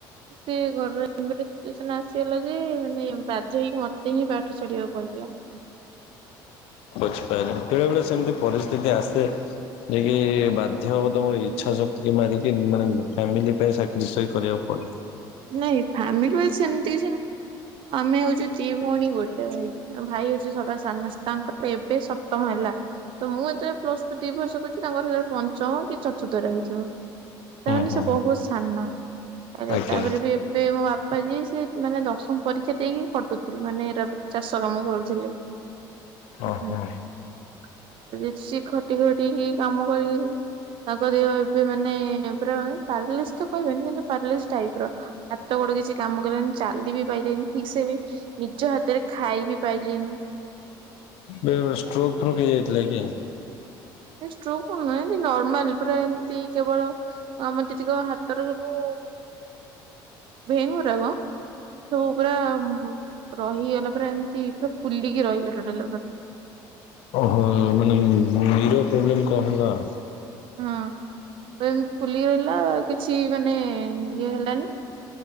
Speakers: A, on the right (about 60°); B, on the left (about 70°).
A: ସେ ଘର ର ଏମିତି ଗୋଟେ ସିଚୁଏସନ ଆସିଗଲା ଯେ ମାନେ ବାଧ୍ୟ ହେଇକି ମତେ ହିଁ ପାଠ ଛାଡିବାକୁ ପଡିଲା।
B: ବୁଝିପାରିଲି। ବେଳେବେଳେ ସେମିତି ପରିସ୍ଥିତି ଆସେ। ଯାହା କି ବାଧ୍ୟ ହବ ତମର ଇଛା ଶକ୍ତି ମାରିକି ମାନେ ଫାମିଲି ପାଇଁ ସାକ୍ରିଫାଇଜ୍ କରିବାକୁ ପଡେ।
A: ନାଇଁ ଫ୍ୟାମିଲି ପାଇଁ ସେମିତି କିଛି ନା ଆମେ ହଉଚୁ ଦି ଭଉଣୀ ଗୋଟେ ଭାଇ। ଭାଇ ହଉଚି ସଦା ସାନ। ତାଙ୍କର ଏବେ ସପ୍ତମ ହେଲା। ତ ମୁଁ ଯେତେବେଳେ ପ୍ଲସ ଟୁ ଦି ବର୍ଷ କରୁଚି ତାଙ୍କର ସେତେବେଳେ ପଞ୍ଚମ କି ଚତୁର୍ଥରେ ହେଇଥିବ। ତା
B: ହୁଁ
A: ମାନେ
B: ହୁଁ
A: ସେ
B: ହୁଁ
A: ବହୁତ ସାନ। <unintelligible>
B: ଆଜ୍ଞା
A: ଏବେ ମୋ ବାପା ଯିଏ ସେ ମାନେ ଦଶମ ପରୀକ୍ଷା ଦେଇକି ଖଟୁଥିଲୁ ମାନେ ଏଇରା ଚାଷ କାମ କରୁଥିଲେ। <unintelligible>
B: ଓହୋ
A: ସେ ଖଟି ଖଟିିକି କାମ କରି କରିଲି ତାଙ୍କ ଏବେ ମାନେ ପାରାଲିସ ତ କହିବିନି କିନ୍ତୁ ପାରାଲିସ ଟାଇପ୍ ର ହାତ ଗୋଡ଼ କିଛି କାମ କଲାନି ଚାଲି ବି ପାଇଲେନି ଠିକ ସେ ବି। ନିଜ ହାତରେ ଖାଇ ବିି ପାଇଲେନି।
B: ବେଳେବେଳେ ଷ୍ଟ୍ରୋକ ଫ୍ରୋକ୍ ହେଇଯାଇଥିଲା କି?
A: ଷ୍ଟ୍ର କଣ ନୁହଁ ଏ ନର୍ମାଲ ପୁରା ଏମିତି କେବଳ ଆମର ଚେଚି କହିବ ହାତର ସବୁ। <unintelligible> ସବୁ ପୁରା ରହିଗଲା ପୁରା ଏମିତି ପୁରା ଫୁଲିକି ରହିଲା ଟଡଲ ପା
B: ଓହୋ। <unintelligible> <unintelligible>
A: ହଁ ତ ଏମତି ଫୁଲି ରହିଲା କିଛି ମାନେ ଇଏ ହେଲାନି